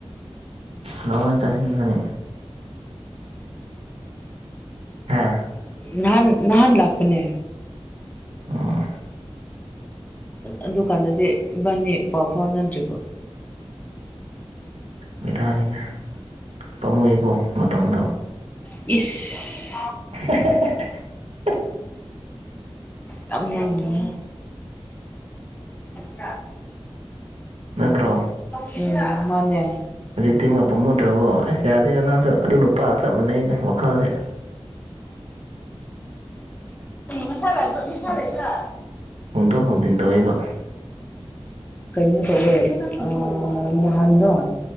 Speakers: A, on the right; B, on the left.
A: ꯂꯥꯛꯑꯣꯅꯦ ꯆꯠꯁꯤ ꯏꯕꯥꯅꯤ ꯍꯥ
B: ꯅꯍꯥꯟ ꯅꯍꯥꯟ ꯂꯥꯛꯄꯅꯦ
A: ꯑꯣ
B: ꯑꯗꯨꯀꯥꯟꯗꯗꯤ ꯏꯕꯥꯅꯤ ꯄꯥꯎ ꯐꯥꯎ ꯅꯗ꯭ꯔꯤꯕꯣ
A: ꯕꯦꯔꯅꯤꯅꯦ ꯄꯥꯃꯨꯏꯀꯣ ꯃꯇꯝꯗꯣ
B: ꯏꯁ
A: ꯍꯦ ꯍꯦ ꯍꯦ ꯍꯦ
B: ꯌꯥꯝ ꯅꯪꯒꯤ <unintelligible>
A: ꯅꯠꯇ꯭ꯔꯣ
B: ꯎꯝ ꯃꯥꯟꯅꯦ
A: ꯍꯧꯖꯤꯛꯇꯤ
B: <unintelligible> ꯀꯔꯤꯒꯤ
A: ꯑꯃꯨꯛꯀ ꯄꯥꯝꯃꯨꯗ꯭ꯔꯕꯣ ꯑꯁ ꯌꯥꯗꯦꯗ ꯅꯪꯁꯨ ꯑꯗꯨ ꯅꯨꯄꯥ ꯆꯞ ꯃꯥꯟꯅꯩꯗ ꯋꯥꯈꯜꯁꯦ
B: ꯃꯁꯥ ꯂꯩꯕ꯭ꯔꯥ ꯃꯁꯥ ꯂꯩꯕ꯭ꯔꯥ
A: ꯍꯣꯡꯇꯣꯛ ꯍꯣꯡꯖꯤꯟ ꯇꯧꯋꯦꯕ
B: ꯀꯩꯅꯣ ꯇꯧꯋꯦ ꯑꯥ ꯅꯍꯥꯟꯗꯣ